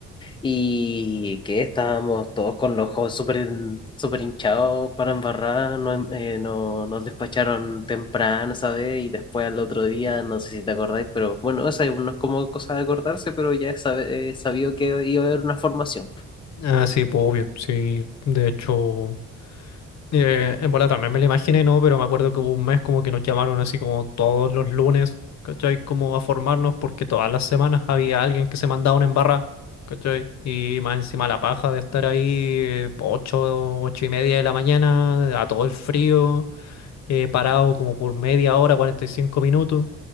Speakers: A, on the left (about 15°); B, on the left (about 60°).
A: y que estábamos todos con los ojos súper súper hinchados para embarrar, nos, eh, no- nos despacharon temprano, ¿sabes? Y después al otro día, no sé si te acordáis, pero bueno, esa es- no es como cosa de acordarse, pero ya es sabe- eh, sabido que iba a haber una formación.
B: Ah, sí, pues obvio, sí, de hecho. Eh, en bola también me lo imaginé, ¿no? Pero me acuerdo que hubo un mes como que nos llamaron así como todos los lunes, ¿cachai? Como a formarnos porque todas las semanas había alguien que se mandaba una embarra, ¿cachai? Y más encima la paja de estar ahí eh, ocho, ocho y media de la mañana, a todo el frío, eh, parado como por media hora, 45 minutos,